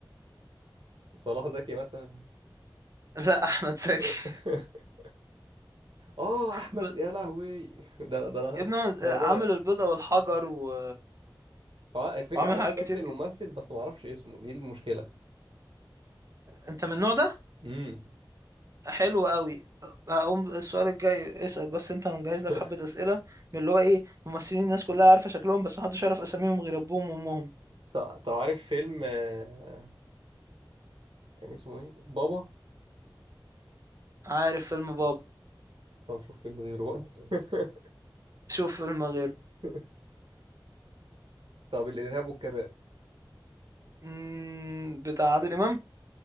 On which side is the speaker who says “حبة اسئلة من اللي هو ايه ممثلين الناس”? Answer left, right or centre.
Right